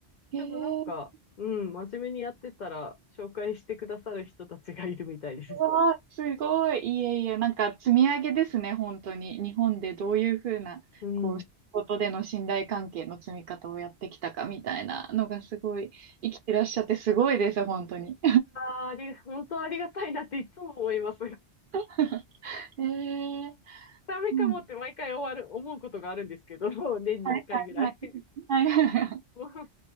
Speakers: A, on the left; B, on the right.
A: でもなんか、
B: えー
A: うん、真面目にやってたら、紹介してくださる人たちがいるみたいです。
B: うわあ、すごい。いえいえ、なんか積み上げですね、本当に。日本でどういうふうな、
A: うん。
B: こう、仕事での信頼関係の積み方をやってきたかみたいなのがすごい、生きてらっしゃってすごいです、本当に。
A: あーあり、本当ありがたいなっていつも思います。
B: <laughs> ええー、
A: ダメかもって毎回終わる、
B: うん
A: 思うことがあるんですけど、<laughs> 年に一回ぐらい。
B: はいは
A: <laughs>
B: いはいはい。
A: もう、ダ